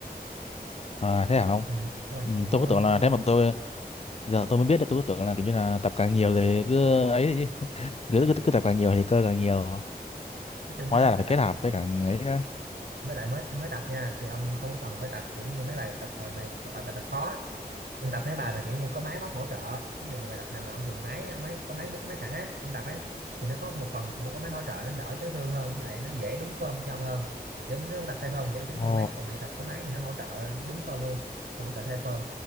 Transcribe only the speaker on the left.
à, thế hả ông?
Ừ,
tôi cứ tưởng
là
thế mà tôi giờ tôi mới biết được tôi cứ tưởng là kiểu như là tập càng nhiều thì cứ ấy chứ
cứ, cứ, cứ tập càng nhiều thì cơ càng nhiều
hóa
ra là
phải kết
hợp với
càng ấy đó
ồ